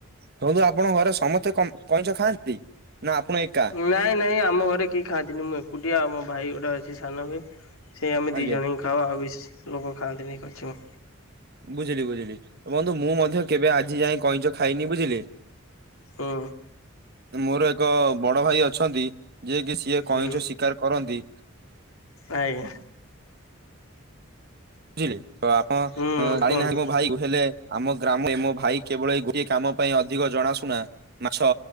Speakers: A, on the right; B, on the left.
A: କୁହନ୍ତୁ ଆପଣ ଘରେ ସମସ୍ତେ କଇଁଚ ଖାଆନ୍ତି ନା ଆପଣ ଏକା
B: ନାଇଁ ନାଇଁ ଆମ ଘରେ କେହି ଖାଆନ୍ତିନି ମୁଁ ଏକୁଟିଆ ଆଉ ମୋ ଭାଇ ଗୋଟେ ଅଛି ସାନ ଭାଇ ସେ ଆମେ
A: ଆଜ୍ଞା
B: ଦି ଜଣ ଖାଉ ବେଶି ଲୋକ ଖାଆନ୍ତିନି କଛିମ
A: ବୁଝିଲି ବୁଝିଲି ବନ୍ଧୁ ମୁଁ ମଧ୍ୟ କେବେ ଆଜି ଯାଏ କଇଁଚ ଖାଇନି ବୁଝିଲେ
B: ହୁଁ
A: ମୋର ଏକ ବଡ ଭାଇ ଅଛନ୍ତି ଯିଏ କି ସିଏ କଇଁଛ
B: ହୁଁ
A: ଶିକାର କରନ୍ତି
B: ଆଜ୍ଞା
A: ବୁଝିଲେ ତ ଆପଣ
B: ହୁଁ
A: ଜାଣିନାହାନ୍ତି
B: କୁହନ୍ତୁ
A: ମୋ ଭାଇ କୁ ହେଲେ ଆମ ଗ୍ରାମରେ ମୋ ଭାଇ କେବଳ ଗୋଟିଏ କାମ ପାଇଁ ଅଧିକ ଜଣାଶୁନା ମାଛ